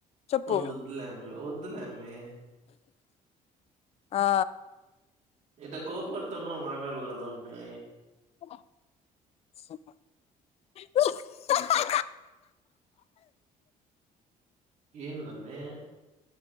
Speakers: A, on the left; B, on the right.
A: చెప్పు
B: వద్దొద్దులే అమ్మీ. వద్దులే అమ్మీ.
A: ఆ
B: ఇంత కోప్పడుతున్నావ్ మాట్లాడకూడదు అమ్మే
A: ఆహా
B: ఏంది అమ్మే